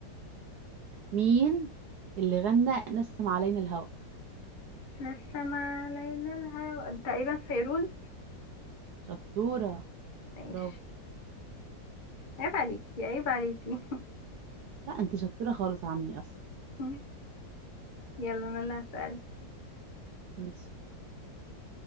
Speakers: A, on the right (about 70°); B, on the left (about 45°).
A: مين اللي غنى نسم علينا الهوى
B: من السما لينا الهوى تقريبا فيروز
A: شطورة
B: ماشي
A: برافو
B: عيب عليكي عيب عليكي
A: لا انت شطورة خالص عني اصلا
B: <laughs> يلا انا اللي هسأل
A: ماشي